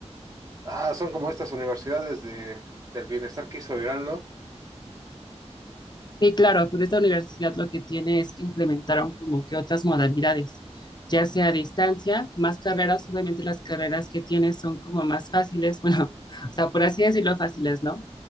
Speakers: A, on the right; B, on the left.
A: Ah, son como estas universidades de, del bienestar que hizo Irán, ¿no?
B: Sí, claro, pero esta universidad lo que tiene es que implementaron como que otras modalidades, ya sea a distancia, más carreras, obviamente las carreras que tienes son como más fáciles, <laughs> bueno, o sea, por así decirlo, fáciles, ¿no?